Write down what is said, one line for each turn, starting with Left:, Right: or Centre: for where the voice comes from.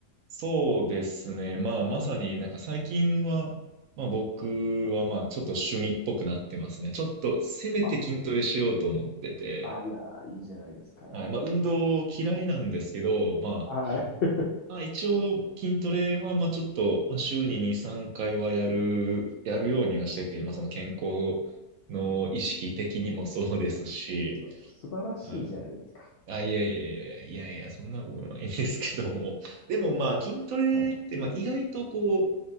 Right: そうですね。まあ、まさになんか最近は、
Left: うん
Right: まあ僕はまあちょっと趣味っぽくなってますね。ちょっとせめて筋トレしようと思ってて。
Left: あ、あ、いや、いいじゃないですか。
Right: はい。まあ運動嫌いなんですけど、ま
Left: はい。
Right: あ、まあ一応筋トレはまあちょっとまあ週に2、3回はやる、やるようにはしてて、まあその健康の意識的にもそうですし、
Left: いや、素晴らしいじゃないですか。
Right: はいあ、いやいやいやいやいや、そんなことないんですけども。でもまあ、筋トレって、
Left: はい。
Right: まあ、意外とこう、